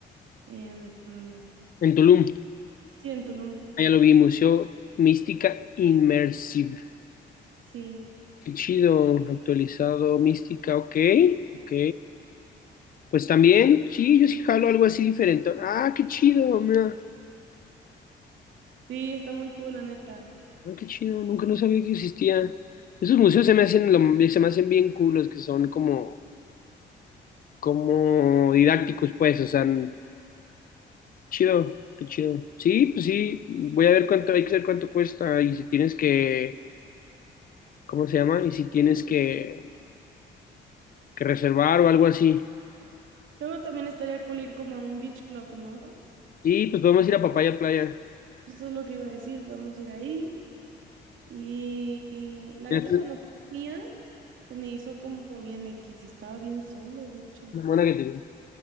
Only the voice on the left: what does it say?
En Tulum,
allá lo vi, Museo Mística immersive
Qué chido, actualizado, mística, ok, ok. Pues también, sí, yo sí jalo algo así diferente. Ah, qué chido, mira.
Ah, qué chido, nunca no sabía que existía. Esos museos se me hacen, lo- se me hacen bien cool, los que son como, como didácticos, pues, o sea, n- chido, qué chido. Sí, pues sí, voy a ver cuánto, hay que ver cuánto cuesta y si tienes que, ¿cómo se llama? Y si tienes que, que reservar o algo así.
Y pues podemos ir a Papaya Playa.
Este,
Una buena que te digo.